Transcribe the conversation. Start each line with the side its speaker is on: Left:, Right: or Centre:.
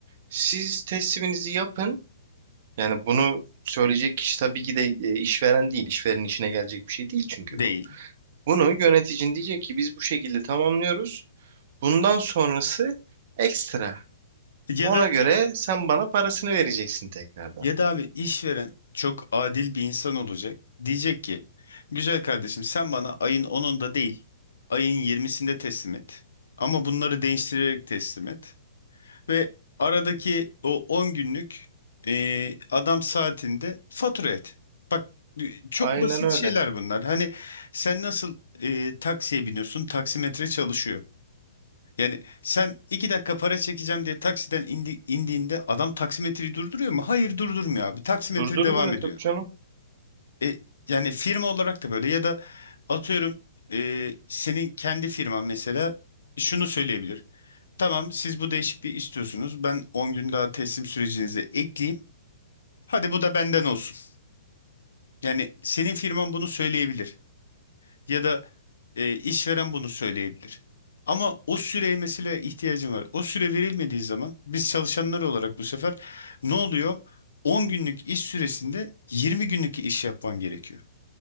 Right: siz tesliminizi yapın. Yani bunu söyleyecek kişi tabii ki de e, işveren değil. İşverenin işine gelecek bir şey değil çünkü
Left: değil.
Right: bu. Bunu yöneticin diyecek ki biz bu şekilde tamamlıyoruz. Bundan sonrası ekstra.
Left: Ya
Right: Ona
Left: da
Right: göre sen bana parasını vereceksin tekrardan.
Left: ya da abi işveren çok adil bir insan olacak. Diyecek ki güzel kardeşim sen bana ayın onunda değil ayın yirmisinde teslim et. Ama bunları değiştirerek teslim et. Ve aradaki o 10 günlük e, adam saatinde fatura et. Bak e, çok
Right: Aynen
Left: basit
Right: öyle.
Left: şeyler bunlar. Hani sen nasıl e, taksiye biniyorsun taksimetre çalışıyor. Yani sen iki dakika para çekeceğim diye taksiden indi- indiğinde adam taksimetreyi durduruyor mu? Hayır durdurmuyor abi. Taksimetre
Right: Durdurmuyor
Left: devam ediyor.
Right: tabii canım.
Left: E, yani firma olarak da böyle ya da atıyorum e, senin kendi firman mesela şunu söyleyebilir. Tamam siz bu değişikliği istiyorsunuz. Ben 10 gün daha teslim sürecinize ekleyeyim. Hadi bu da benden olsun. Yani senin firman bunu söyleyebilir. Ya da e, işveren bunu söyleyebilir. Ama o süreye mesela ihtiyacım var. O süre verilmediği zaman biz çalışanlar olarak bu sefer ne oluyor? 10 günlük iş süresinde 20 günlük iş yapman gerekiyor.